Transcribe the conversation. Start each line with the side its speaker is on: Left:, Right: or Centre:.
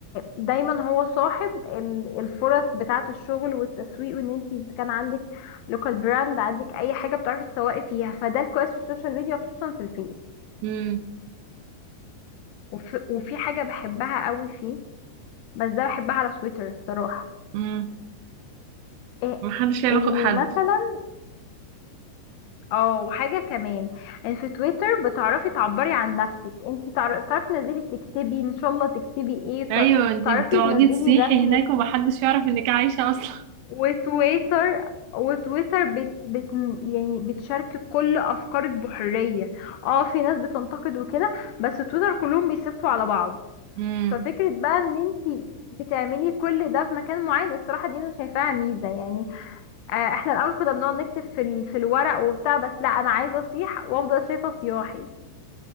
Left: دايما هو صاحب ال- الفرص بتاعة الشغل والتسويق وان انت كان عندك لوكال براند عندك اي حاجة بتعرفي تسوقي فيها فده الكويس في السوشيال ميديا خصوصا في الفيس
Right: امم
Left: وفي, وفي حاجة بحبها قوي فيه بس ده بحبها على تويتر الصراحة
Right: امم
Left: إيه
Right: محدش ليه علاقة
Left: اني
Right: بحد
Left: مثلا اه وحاجة كمان ان في تويتر بتعرفي تعبري عن نفسك انت تعرفي تنزلي تكتبي ان شاء الله تكتبي ايه
Right: ايوه
Left: ت-
Right: انتي
Left: تعرفي
Right: بتقعدي
Left: تنزلي
Right: تصيحي
Left: رسمك
Right: هناك ومحدش يعرف انك عايشة اصلا
Left: وتويتر وتويتر بت بت يعني بتشارك كل افكارك بحرية اه في ناس بتنتقد وكده بس تويتر كلهم بيسفوا على بعض
Right: امم
Left: ففكرة بقى ان انتي بتعملي كل ده في مكان معين الصراحة دي انا شايفاها ميزة يعني آه احنا الاول كنا بنقعد نكتب في ال... في الورق وبتاع بس لا انا عايزة اصيح وافضل شايفة صياحي